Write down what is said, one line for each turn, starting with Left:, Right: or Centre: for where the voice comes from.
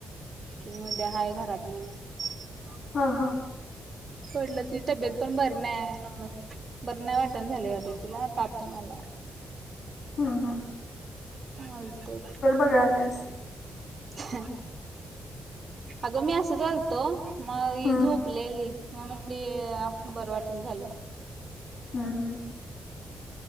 Right: कि उद्या हाय घरात म्हणून- आ.
Left: हां हां.
Right: म्हटलं तिजी तब्येत पण बर नाही बरं नाही वाटण झाले वाटल तिला ताप तेन आलाय.
Left: हम् हम.
Right: आलतत.
Left: बघायल्यास
Right: ह अगं मी आसच आलतो मग ही
Left: हम्म
Right: झोप लेली म्हणून ती बर वाटना झालय.
Left: ह ह.